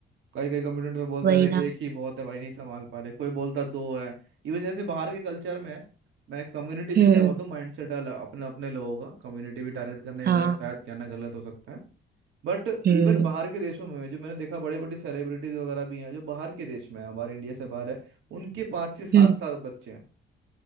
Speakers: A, on the right (about 75°); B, on the right (about 50°).
A: कई कई कम्युनिटी में बोलते
B: वही
A: हैं अरे
B: ना
A: एक ही बहुत है भाई नहीं संभाल पा रहे कोई बोलता दो है इवन जैसे बाहर के कल्चर में मैं कम्युनिटी भी
B: हम्म
A: क्या बताऊँ माइंड सेट अपने अपने लोगों का कम्युनिटी भी टारगेट करने में
B: हाँ
A: मेरा शायद कहना गलत हो सकता है बट इवन
B: हम्म
A: बाहर के देशों में जो मैंने देखा बड़े बड़े सेलिब्रिटीज वगैरह भी हैं जो बाहर के देश में है हमारे इंडिया से बाहर है उनके पाँच से सात
B: हम्म
A: सात बच्चे हैं